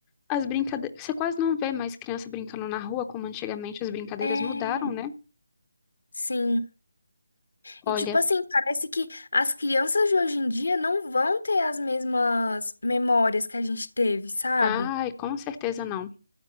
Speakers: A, on the left; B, on the left.
A: as brincadeiras. Você quase não vê mais criança brincando na rua, como antigamente as brincadeiras
B: É.
A: mudaram, né?
B: Sim.
A: Olha.
B: E tipo assim, parece que as crianças de hoje em dia não vão ter as mesmas memórias que a gente teve, sabe?
A: Ai, com certeza não.